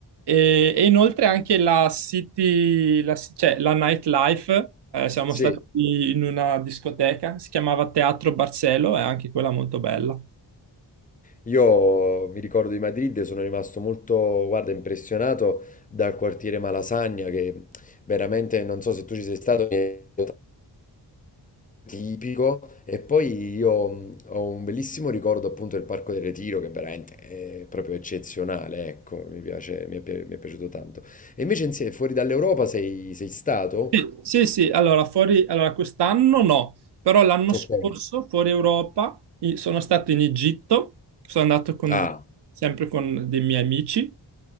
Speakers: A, on the right; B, on the left.
A: E, e inoltre anche la city, la, cioè la nightlife, eh, siamo
B: sì.
A: stati in una discoteca, si chiamava Teatro Barcelo, è anche quella molto bella.
B: Io mi ricordo di Madrid, e sono rimasto molto, guarda, impressionato dal quartiere Malasagna, che veramente, non so se tu ci sei stato, mi è tipico. E poi io mh, ho un bellissimo ricordo appunto del Parco del Retiro, che veramente è proprio eccezionale, ecco, mi piace, mi è, pi- mi è piaciuto tanto. E invece insie- fuori dall'Europa sei, sei stato?
A: Sì, sì, sì, allora fuori, allora quest'anno no, però l'anno scorso
B: Ok.
A: fuori Europa i- sono stato in Egitto, sono andato con,
B: Ah,
A: sempre con dei miei amici